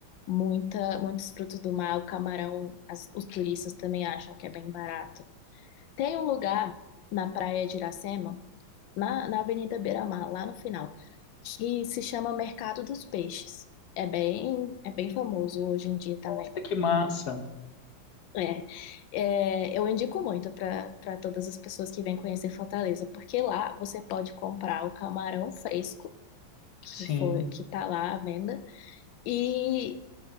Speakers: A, on the left (about 75°); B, on the left (about 55°).
A: muita, muitos frutos do mar. O camarão, as- os turistas também acham que é bem barato. Tem um lugar na praia de Iracema, na, na Avenida Beira-Mar, lá no final, que se chama Mercado dos Peixes. É bem, é bem famoso hoje em dia também.
B: Nossa, que massa!
A: É, é, eu indico muito para para todas as pessoas que vêm conhecer Fortaleza, porque lá você pode comprar o camarão fresco, que
B: Sim.
A: foi que tá lá à venda, e